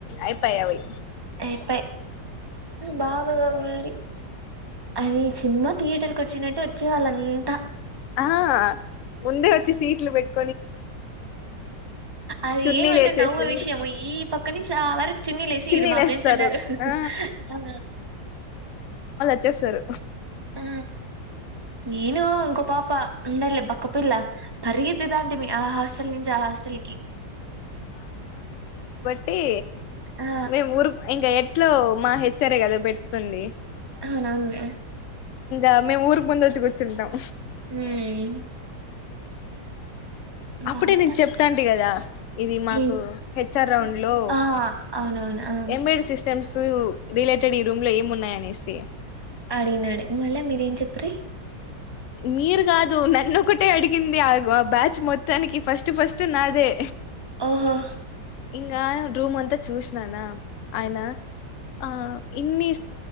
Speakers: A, on the left; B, on the right.
A: అయిపాయ్ అవి
B: అప్ప బాగాగా మడి అది సినిమా థియేటర్కి వచ్చినట్టు వచ్చే వాళ్ళ అంతా
A: ఆ ముందే వచ్చి సీట్లు పెట్టి
B: అది
A: చున్నీలు
B: ఏమంటే
A: వేసేసి
B: నవ్వు విషయము ఈ పక్క నుంచి ఆ వరకు చూన్నీళ్ళు లేసి
A: చున్నీలు
B: మా
A: వేస్తారు
B: ఫ్రెండ్స్ ఉండారు
A: ఆ
B: ఆ
A: చ్చేస్తారు
B: ఆ నేను గొప్ పాప ఉండాల బక్కపిల్ల పెరుగుతంటిమీ ఆ హాస్టల్ నుంచి ఆ హాస్టల్ కి
A: టి
B: ఆ
A: మేము ఓ ఇంకా ఎ ఎట్లో మా హెచ్చారే కదా పేట్కుంది
B: అవును అవునులే
A: ఆ మేము ఊరికు ముందు వచ్చి కూచ్చుంటాం
B: హ్మ్మ్
A: అప్పుడే
B: బాగుంటది
A: నేను చెప్తాంటి కదా ఇది మాకు
B: ఉమ్,
A: హెచ్ఆర్ రౌండ్ లో
B: ఆ అవునవును ఆ
A: ఎంబెడెడ్ సిస్టమ్స్ సు రిలేటెడ్ ఈ రూమ్ లో ఏమి ఉన్నాయ అనేసి
B: అడినాడి మళ్ళా మీరేం చెప్ప్ర
A: మీరు కాదు నన్నొ ఒకటే అడిగింది ఆగ ఆ బ్యాచ్ మొత్తానికి ఫస్ట్ ఫస్ట్ నాదే
B: ఓహో
A: ఇంగా రూమ్ అంతా చూసిననా ఆయన ఆ ఇన్ని